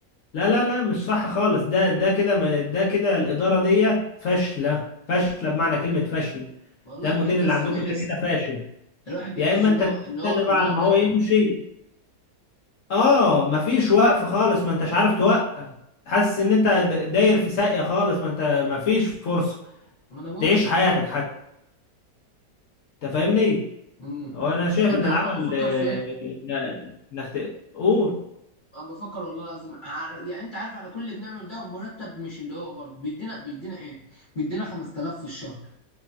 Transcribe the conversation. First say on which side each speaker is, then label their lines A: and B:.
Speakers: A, on the left; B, on the left.
A: لا لا لا مش صح خالص ده ده كده ما- ده كده الاداره ديت فاشله فاشله بمعنى كلمه فاشل
B: والله
A: ده
B: الواحد
A: المدير
B: يا
A: اللي
B: اسطى
A: عندكم
B: بيحس
A: ده كده فاشل
B: الواحد بيحس
A: يا اما
B: ان
A: انت
B: هو
A: تستنى
B: ان هو ان
A: بقى
B: هو
A: على ما
B: مكن
A: هو يمشي اه مفيش وقف خالص ما انتش عارف توقف حاسس ان انت د- داير في ساقيه خالص ما انت مفيش فرصه
B: ما انا بقول
A: تعيش
B: لك.
A: حياتك حتى انت فاهمني
B: امم.
A: هو انا شايف
B: انت
A: ان العمل
B: عارف انا بفكر
A: آه،
B: في ايه؟
A: إن- انك ت- قول
B: انا بفكر والله العظيم ع- يعني انت عارف على كل اللي بنعمله ده ومرتب مش اللي هو برضه بيدينا بيدينا ايه؟ بيدينا 5000 في الشهر